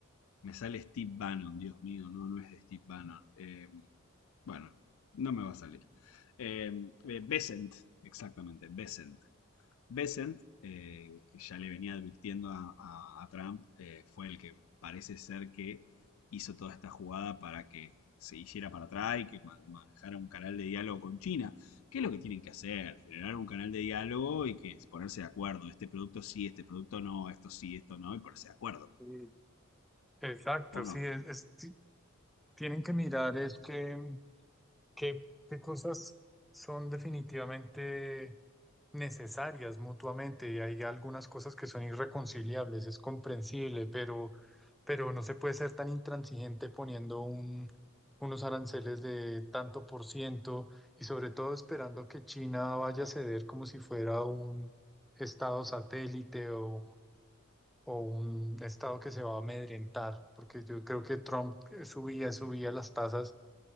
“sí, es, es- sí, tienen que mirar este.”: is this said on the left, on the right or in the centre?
Centre